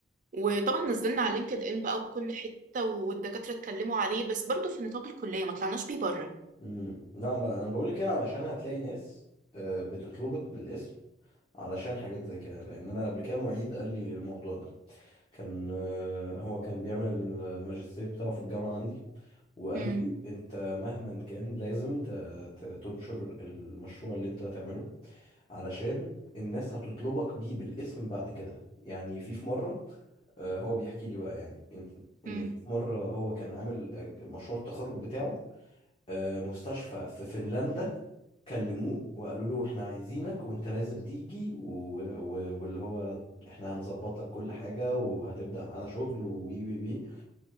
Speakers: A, on the right; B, on the left.
A: وطبعا نزلنا على لينكد ان بقى وكل حتة والدكاترة اتكلموا عليه بس برضو في نطاق الكلية ما طلعناش بيه بره
B: امم لا ما انا بقول لك كده علشان هتلاقي ناس آه، بتطلبك بالاسم علشان حاجات زي كده لان انا قبل كده معيد قال لي الموضوع ده كان آه، هو كان بيعمل الماجستير بتاعه في الجامعة عندي وقال
A: امم
B: لي انت مهما كان لازم ت- ت- تنشر المشروع اللي انت هتعمله علشان الناس هتطلبك بيه بالاسم بعد كده يعني في في مرة آه، هو بيحكي لي بقى يعني ان إن
A: امم
B: في مرة هو كان عامل آه، مشروع التخرج بتاعه آه، مستشفى في فنلندا كلموه وقالوا له احنا عايزينك وانت لازم تيجي و... و... واللي هو احنا هنظبط لك كل حاجة وهتبدأ معانا شغل وي وي وي